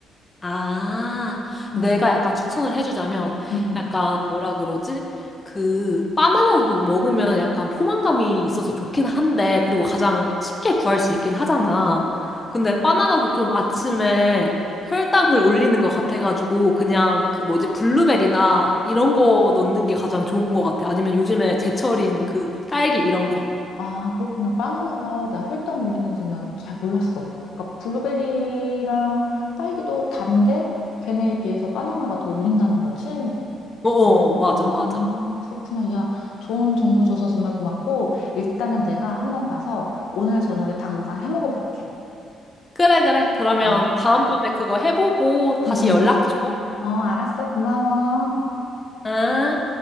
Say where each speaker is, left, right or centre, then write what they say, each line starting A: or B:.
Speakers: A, on the left; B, on the left.
A: 아,
B: 응,
A: 내가 약간 추천을 해주자면,
B: 응, 응.
A: 약간 뭐라 그러지? 그, 바나나도 먹으면 약간 포만감이 있어서 좋긴 한데, 그리고 가장 쉽게 구할 수 있긴 하잖아. 근데 바나나도 좀 아침에 혈당을 올리는 것 같아가지고, 그냥 그 뭐지, 블루베리나 이런 거 넣는 게 가장 좋은 것 같아. 아니면 요즘에 제철인 그 딸기 이런 거.
B: 아, 그렇구나. 바나나가 나 혈당 올리는 줄은 잘 몰랐어. 그러니까 블루베리랑 딸기도 단데 걔네에 비해서 바나나가 더 올린다는 거지?
A: 어어, 맞아,
B: 아,
A: 맞아.
B: 그렇구나. 야, 좋은 정보 줘서 정말 고맙고 일단은 내가 한번 가서 오늘 저녁에 당장 해 먹어 볼게.
A: 그래, 그래. 그러면
B: 어
A: 다음번에 그거 해보고 다시
B: 응, 응,
A: 연락
B: 응.
A: 줘.
B: 어, 알았어. 고마워.
A: 응?